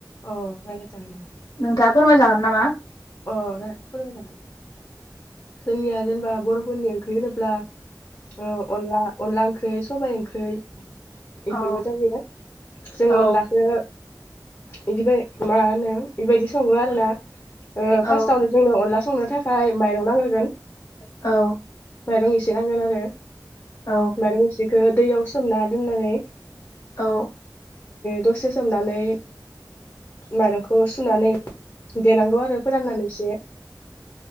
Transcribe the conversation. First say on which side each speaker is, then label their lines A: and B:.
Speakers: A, on the left; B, on the left.
A: अहाल जागोन दा
B: नोंथाङा फोरमाय जागोन नामा
A: अ फोरमाय जागोन जोंनिया जेनेबा बर'फोरनि ओंख्रि होनोब्ला अ अला अलाां क्राइ सबायाइ ओंख्रि
B: औ
A: बेफोरबो जायो जों
B: औ
A: अनलाखौ बिदिबाय मा होनो बेबायदि सङो आरोना
B: औ
A: फार्स्टावनो जोंनो अनला संनो थाखाय माइरं नांहोगोन
B: औ
A: माइरं एसे नांगोन आरो
B: औ
A: मार मिसेखौो दैयाव सोमना न न बे
B: औ
A: दसे सोमनानै माइरंखौ सुनानै दनाांगव आरो फोराननानैसो